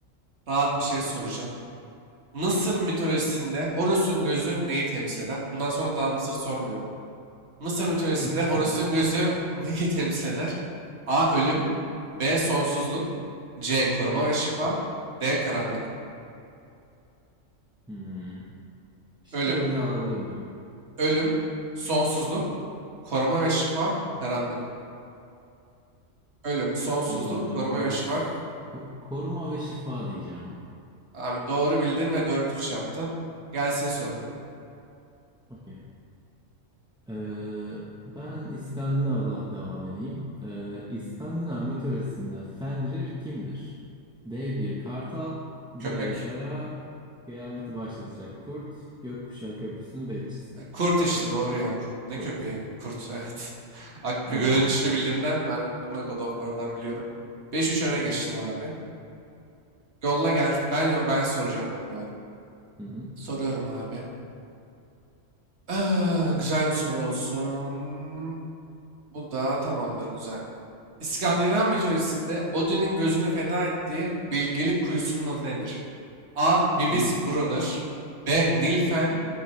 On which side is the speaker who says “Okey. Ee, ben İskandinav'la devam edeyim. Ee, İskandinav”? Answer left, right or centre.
Centre